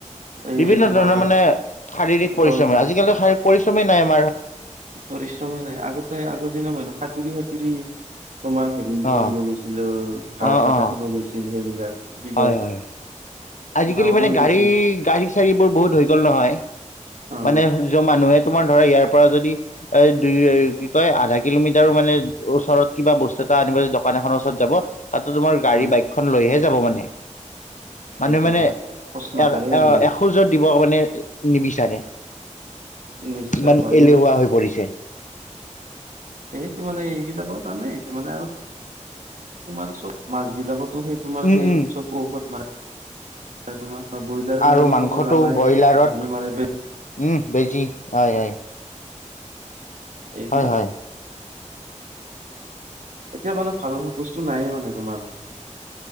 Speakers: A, on the right; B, on the left.
A: এই
B: বিভিন্ন
A: তোমাৰ
B: ধৰণৰ মানে শাৰীৰিক পৰিশ্ৰমে
A: হয় হয়
B: আজিকালি শাৰ পৰিশ্ৰমেই নাই আ-
A: পৰিশ্ৰমে নাই আগতে আগৰ দিনা মানুহ সাঁতুৰি সাঁতুৰি তোমাৰ হেৰি সি
B: অ
A: কৰিব গৈছিলে উৱ ঘাঁ
B: অ
A: চাহ
B: অ
A: কাটিব গৈছিল সেইবিলাক বিলত
B: হয় হয় আজিকালিান
A: নাও লৈ গৈছিল
B: গাড়ী গাড়ী চাড়ী বোৰ বহুত হৈ গ'ল ন হয়
A: অ
B: মানে য মানুহে তোমাৰ ধৰা ইয়াৰ পৰা যদি এ দুই কি কয় আধা কিলোমিটাৰো মানে ওচৰত কিবা বস্তু এটা আনিব য দোকান এখনৰ ওচৰত যাব তাতো তোমাৰ গাড়ী
A: হয়
B: বাইকখন লৈহে যাব মানে
A: সেইটো
B: মানুহ মানে
A: হয় প্ৰশ্ন
B: এ
A: আকাৰে আজিকালি
B: এ এসোজত দিব মানে নিবিচাৰে
A: নিশ্চয়
B: ইমান
A: হয়
B: এলেহুৱা হৈ পৰিছে
A: এইটো মানে এইবিলাকৰ কাৰণে আহিছে মানে আৰু তোমাৰ চব মাছ বিলাকত তমাৰ
B: উম
A: সেই
B: উম
A: চব ঔষধ মনে তে তোমাৰ ব্ৰইলাৰবিলাকততো
B: আৰু মাংসটো
A: জানাই
B: ব্ৰইলাৰত
A: হেৰি মাৰে বে
B: উম বেজি হয় হয়
A: এইবিলাক
B: হয় হয়
A: এতিয়া মানে ভাল ভাল বস্তু নাইয়ে মানে তোমাৰ